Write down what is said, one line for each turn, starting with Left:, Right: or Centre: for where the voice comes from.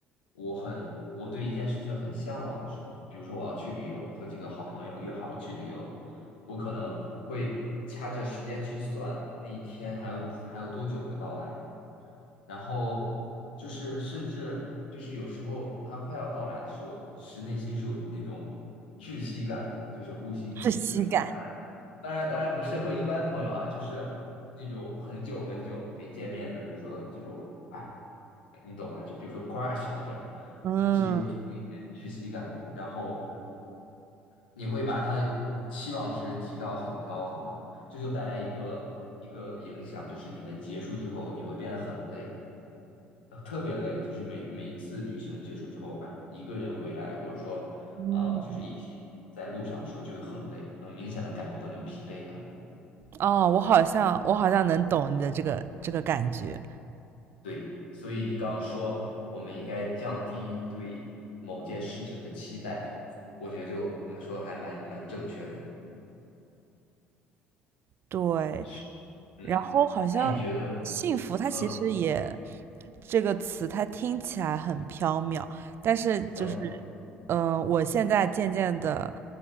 Left: 我很，我对一件事情很向往的时候，比如说我要去旅游，和几个好朋友约好了去旅游，我可能会掐着时间去算那一天还有还有多久会到来，然后就是甚至就是有时候它快要到来的时候，是内心是有那种窒息感的，就是呼吸停滞那种感觉。
Right: 窒息感。
Left: 当然，当然不适合一般朋友啊，就是那种很久很久没见面的，比如说这种，哎，你懂吧？就比如说 crush 这种，
Right: 嗯
Left: 你其实有一点窒息感的，然后你会把他的期望值提到很高很高，这就带来一个一个影响，就是你们结束之后，你会变得很累，呃特别累，就是每每一次旅行结束之后吧，一个人回来，或者说，
Right: 嗯，
Left: 呃，就是一起在路上的时候就会很累，能明显的感觉到那种疲惫感。
Right: 哦，我好像我好像能懂你的这个这个感觉，
Left: 对，所以你刚刚说我们应该降低对某件事情的期待，我觉得就蛮说得还蛮蛮正确的。
Right: 对。
Left: 是，嗯，
Right: 然后好像
Left: 那你觉得，
Right: 幸福，它其实也
Left: 嗯
Right: 这个词，它听起来很缥缈，但是就是
Left: 嗯
Right: 嗯、呃我现在渐渐的